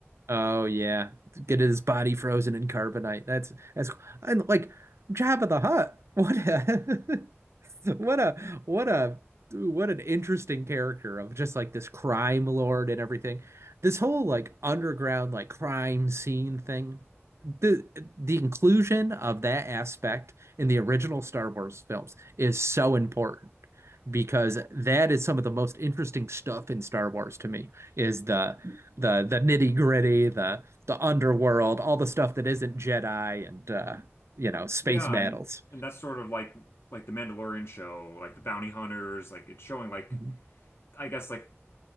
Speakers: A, on the right; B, on the left.
A: Oh yeah, get his body frozen in carbonite. That's that's cool. and like Jabba the Hutt. What? <laughs> <laughs> What a what a what an interesting character of just like this crime lord and everything. This whole like underground like crime scene thing. The the inclusion of that aspect in the original Star Wars films is so important because that is some of the most interesting stuff in Star Wars to me is the the the nitty-gritty, the the underworld, all the stuff that isn't Jedi and uh, you know, space
B: Yeah,
A: battles.
B: and and that's sort of like like the Mandalorian show, like the bounty hunters, like it's showing like
A: Mhm.
B: I guess like